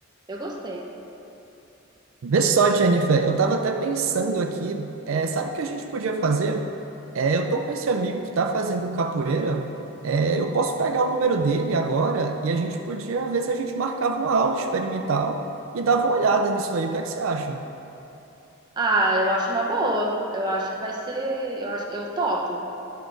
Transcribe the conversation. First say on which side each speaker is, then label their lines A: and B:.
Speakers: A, on the right; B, on the right.
A: Eu gostei.
B: Vê só, Jennifer, eu tava até pensando aqui, é, sabe o que a gente podia fazer? É, eu tô com esse amigo que tá fazendo capoeira, é, eu posso pegar o número dele agora e a gente podia ver se a gente marcava uma aula experimental e dava uma olhada nisso aí. O que é que você acha?
A: Ah, eu acho uma boa. Eu acho que vai ser. Eu acho, eu topo.